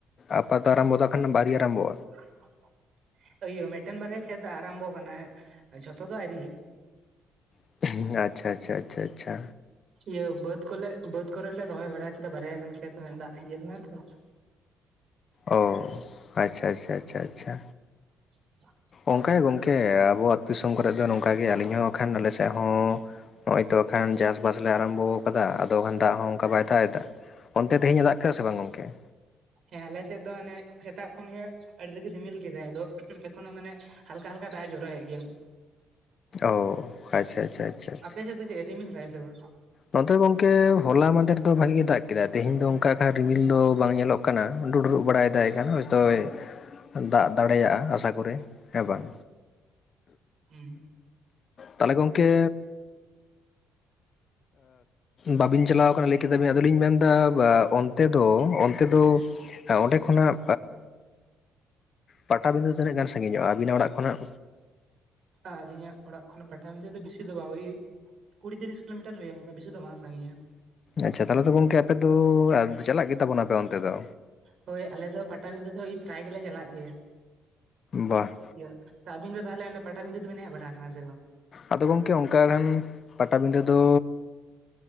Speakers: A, on the left (about 35°); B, on the right (about 50°).
A: ᱟᱯᱟᱛᱚ ᱟᱨᱟᱢᱵᱚ ᱫᱚ ᱠᱷᱟᱱ ᱵᱟᱲᱤᱭ ᱟᱨᱟᱢᱵᱚᱜ
B: <unintelligible> ᱟᱭᱳ ᱢᱤᱫᱴᱮᱱ ᱵᱟᱨᱦᱭᱟ ᱠᱷᱮᱛ ᱫᱟ ᱟᱨᱟᱢᱵᱚ ᱠᱟᱱᱟ ᱡᱷᱚᱛᱚ ᱫᱚ ᱟᱹᱣᱨᱤ᱾
A: <unintelligible> ᱟᱪᱪᱷᱟ ᱟᱪᱪᱷᱟ ᱟᱪᱪᱷᱟ ᱟᱪᱪᱷᱟ
B: ᱤᱭᱟᱹ ᱵᱟᱹᱫᱽ ᱠᱚᱮᱞ ᱵᱟᱹᱫᱽ ᱠᱚᱨᱮᱞ ᱞᱮ ᱨᱚᱦᱚᱭ ᱵᱟᱲᱟ ᱠᱮᱫᱟ ᱵᱟᱨᱭᱟ ᱜᱟᱱ ᱠᱷᱮᱛ ᱫᱟᱜ ᱤᱭᱟᱹ ᱞᱮᱱᱟ ᱛᱚ᱾
A: ᱚ ᱟᱪᱪᱷᱟ ᱟᱪᱪᱷᱟ ᱟᱪᱪᱷᱟ ᱟᱪᱪᱷᱟ‌
B: <unintelligible>
A: ᱚᱱᱠᱟ ᱜᱮ ᱜᱚᱝᱠᱮ ᱟᱵᱚ ᱟᱹᱛᱩ ᱫᱤᱥᱚᱢ ᱠᱚᱨᱮᱫ ᱫᱚ ᱱᱚᱝᱠᱟᱜᱮ ᱟᱹᱞᱤᱧ ᱦᱚᱸ ᱟᱠᱷᱟᱱ ᱟᱞᱮ ᱥᱮᱫ ᱦᱚᱸ ᱱᱚᱜ-ᱚᱭ ᱛᱚ ᱮᱠᱷᱟᱱ ᱪᱟᱥᱵᱟᱥ ᱞᱮ ᱟᱨᱟᱢᱵᱷᱚ ᱟᱠᱟᱫᱟ ᱟᱫᱚᱠᱷᱟᱱ ᱫᱟᱜ ᱦᱚᱸ ᱚᱱᱠᱟ ᱵᱟᱭ ᱫᱟᱜ ᱮᱫᱟ᱾ ᱚᱱᱛᱮ ᱛᱮᱦᱮᱸᱧᱮ ᱫᱟᱜ ᱠᱮᱫᱟ ᱥᱮ ᱵᱟᱝ ᱜᱚᱢᱠᱮ?
B: ᱦᱮᱸ ᱟᱞᱮ ᱥᱮᱫ ᱫᱚ ᱦᱟᱱᱮ ᱥᱮᱛᱟᱜ ᱠᱷᱚᱱᱜᱮ ᱟᱹᱰᱤ ᱨᱟᱹᱜᱮ ᱨᱤᱢᱤᱞ ᱠᱮᱫᱟᱭ ᱟᱫᱚ ᱮᱠᱷᱚᱱᱳ ᱢᱟᱱᱮ ᱦᱟᱞᱠᱟ ᱦᱟᱞᱠᱟ ᱫᱟᱜ ᱮ ᱡᱚᱨᱚᱭᱮᱫ ᱜᱮᱭᱟᱢ᱾
A: ᱚ ᱟᱪᱪᱷᱟ ᱟᱪᱪᱷᱟ ᱟᱪᱪᱷᱟ ᱟᱪᱪᱷᱟ
B: ᱟᱯᱮᱥᱮᱫ ᱪᱮ ᱨᱤᱢᱤᱞ ᱫᱟᱭ ᱥᱮ ᱵᱟᱝ?
A: ᱱᱚᱛᱮ ᱜᱚᱝᱠᱮ ᱦᱚᱞᱟ ᱢᱟᱫᱮᱨ ᱫᱚ ᱵᱷᱟᱜᱤ ᱜᱮ ᱫᱟᱜ ᱠᱮᱫᱟ ᱛᱮᱦᱮᱸᱧ ᱫᱚ ᱚᱱᱠᱟ ᱨᱤᱢᱤᱞ ᱫᱚ ᱵᱟᱝ ᱧᱮᱞᱚᱜ ᱠᱟᱱᱟ ᱰᱩᱰᱨᱩᱜ ᱵᱟᱲᱟᱭ ᱫᱟᱭ ᱠᱷᱟᱱ ᱦᱚᱭᱛᱳᱭ ᱫᱟᱜ ᱫᱟᱲᱮᱭᱟᱜᱼᱟ ᱟᱥᱟ ᱠᱚᱨᱮ ᱦᱮᱸ ᱵᱟᱝ
B: ᱦᱩᱸ
A: ᱛᱟᱦᱚᱞᱮ ᱜᱚᱢᱠᱮ ᱵᱟᱵᱤᱱ ᱪᱟᱞᱟᱣ ᱠᱟᱱᱟ ᱠᱮᱫᱟᱵᱤ ᱟᱫᱚᱞᱤᱧ ᱢᱮᱱ ᱮᱫᱟ ᱚᱱᱛᱮ ᱫᱚ ᱚᱱᱛᱮ ᱫᱚ ᱚᱸᱰᱮ ᱠᱷᱚᱱᱟᱜ ᱯᱟᱴᱟᱵᱤᱱᱫᱟᱹ ᱛᱤᱱᱟᱹᱜ ᱜᱟᱱ ᱥᱟᱺᱜᱤᱧᱚᱜᱼᱟ ᱟᱹᱵᱤᱱᱟᱜ ᱚᱲᱟᱜ ᱠᱷᱚᱱᱟᱜ?
B: ᱟᱹᱞᱤᱧᱟᱜ ᱚᱲᱟᱜ ᱠᱷᱚᱱᱟᱜ ᱯᱟᱴᱟᱵᱤᱱᱫᱟᱹ ᱫᱚ ᱵᱮᱥᱤ ᱫᱚ ᱵᱟᱝ ᱦᱩᱭ ᱠᱩᱲᱤ ᱛᱤᱨᱤᱥ ᱠᱤᱞᱳᱢᱤᱴᱟᱨ ᱦᱩᱭᱩᱜᱼᱟ ᱚᱱᱠᱟ ᱵᱤᱥᱤ ᱫᱚ ᱵᱟᱝ ᱥᱟᱺᱜᱤᱧᱟ
A: ᱟᱪᱷᱟ ᱛᱟᱦᱚᱞᱮ ᱫᱚ ᱜᱚᱝᱠᱮ ᱟᱯᱮ ᱫᱚ ᱪᱟᱞᱟᱜ ᱜᱮ ᱛᱟᱵᱚᱱᱟᱯᱮ ᱚᱱᱛᱮ ᱫᱚ
B: ᱦᱳᱭ ᱟᱞᱮ ᱫᱚ ᱯᱟᱴᱟᱵᱤᱱᱫᱟᱹ ᱫᱚ ᱳᱭ ᱯᱨᱟᱭ ᱜᱮᱞᱮ ᱪᱟᱞᱟᱜ ᱜᱮᱭᱟ
A: ᱵᱟ
B: ᱤᱭᱟᱹ ᱟᱵᱤᱱ ᱫᱚ ᱛᱟᱦᱚᱞᱮ ᱯᱟᱴᱟᱵᱤᱸᱫᱟᱹ ᱫᱚᱵᱤᱱ ᱦᱮᱡ ᱵᱟᱲᱟ ᱟᱠᱟᱱᱟ ᱥᱮ ᱵᱟᱝ?
A: ᱟᱫᱚ ᱜᱚᱢᱠᱮ ᱚᱱᱠᱟ ᱠᱷᱟᱱ ᱯᱟᱴᱟᱵᱤᱫᱟᱹ ᱫᱚ